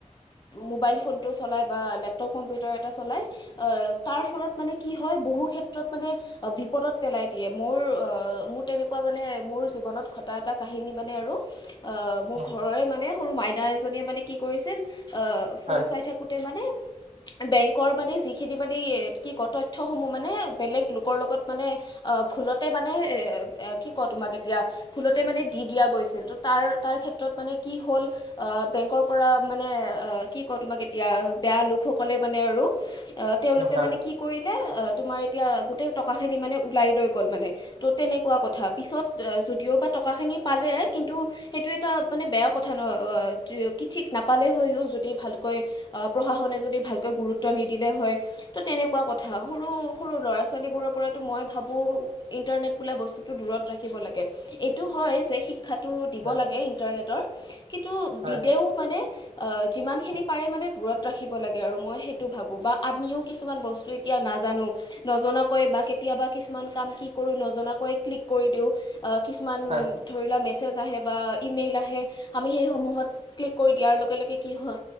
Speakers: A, on the left (about 35°); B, on the right (about 55°).
A: মোবাইল ফোনটো চলাই বা লেপটপ কম্পিউটাৰ এটা চল লাই অহ তাৰত ফলত মানে কি হয় বহু ক্ষেত্ৰত মানে বিপদত পেলাই দিয়ে মোৰ মোৰ তেনেকুৱা মানে মোৰ জীৱনত ঘটা এটা কাহিনী আৰু মানে আৰু আহ
B: উম,
A: ঘৰৰে মানে সৰু মাইনা এজনীয়ে মানে কি কৰিছিল আহ ফোন
B: হয়
A: চাই থাকোতে মানে বেংকৰ মানে যিখিনি মানে কি ক তথ্যসমূহ মানে বেলেগ লোকৰ লগত মানে অ', ভুলতে মানে এ কি ক তোমাক এতিয়া ভুলতে মানে দি দিয়া গৈছিল। ত' তাৰ -তাৰ ক্ষেত্ৰত মানে কি হ'ল অ', বেংকৰ পৰা মানে অ', কি কওঁ তোমাক এতিয়া বেয়া লোকসকলে মানে তেওঁৰো তেওঁলোকে
B: উম, হয়
A: মানে কি কৰিলে তোমাৰ এতিয়া গোটেই টকা খিনি মানে ওলাই লৈ গ'ল মানে ত' তেনেকুৱা কথা পিছত যদিও বা টকাখিনি পালে কিন্তু সেইটো এটা মানে বেয়া কথা ন' <unintelligible> কি ঠিক নাপালে হৈও যদি ভালকৈ অ', প্ৰশাসনে যদি ভালক গুৰুত্ব নিদিলে হয় ত' তেনেকুৱা কথা সৰু -সৰু ল'ৰা -ছোৱালীবোৰৰ পৰা মই ভাবো ইন্টাৰনেট বোলা বস্তুটো দূৰত ৰাখিব লাগে, এইটো হয় যে শিক্ষা টো দিব
B: হয়
A: লাগে ইন্টাৰনেটৰ কিন্তু
B: হয়
A: দিলেও মানে আ যিমানখিনি পাৰে মানে দূৰত ৰাখিব লাগে আৰু মই সেইটো ভাবোঁ বা আমিও কিছুমান বস্তু এতিয়া নাজানো নজনাকৈ বা কেতিয়াবা কিছুমান কাম কি কৰো নজনাকৈ ক্লিক কৰি দিওঁ। অ', কিছুমান
B: হয়
A: ধৰি লোৱা মেছেজ আহে বা ইমেইল আহে হে আমি সেইসমূহত ক্লিক কৰি দিয়াৰ লগে- লগে কি হল